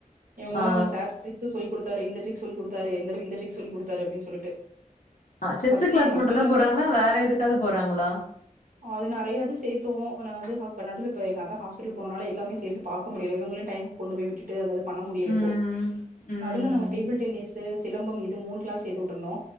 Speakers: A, on the right; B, on the left.
A: இவுங்கதா
B: ஆ
A: அவங்க சார் ட்ரிக்ஸ் சொல்லி குடுத்தாரு இந்த ட்ரிக் சொல்லி குடுத்தாரு இந்த இந்த ட்ரிக் சொல்லி குடுத்தாரு அப்டின்டு சொல்லிட்டு
B: ஆ செஸு
A: ஃபர்ஸ்ட்டு
B: கிளாஸ்
A: என் ஹஸ்பண்ட்
B: மட்டு தா
A: வந்து
B: போறாங்களா வேற எதுக்காவது போறாங்களா
A: அது நிறையாது சேத்தோ அனா வந்து நடுல இப்ப எங்க அப்பா ஹாஸ்பிட்டல் போனனால எல்லாமே சேந்து பாக்க முடில இவங்களு டைம் கொண்டு போய் விட்டுட்டு அந்தது பண்ண முடியல
B: ம்
A: இப்போ
B: ம்
A: நடுவில நாங்க டேபிள் டென்னிஸ் சிலம்பம் இது மூணு க்ளாஸ் சேத்து விட்ருந்தோ